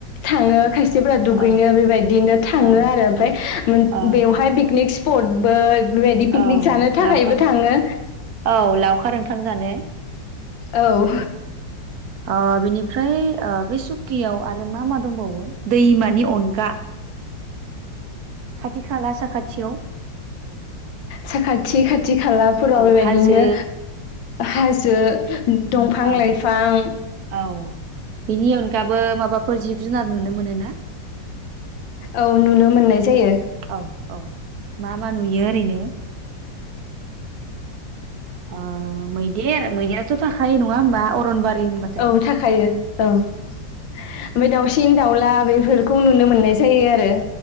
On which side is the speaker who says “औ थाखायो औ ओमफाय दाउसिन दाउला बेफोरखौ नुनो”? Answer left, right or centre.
Left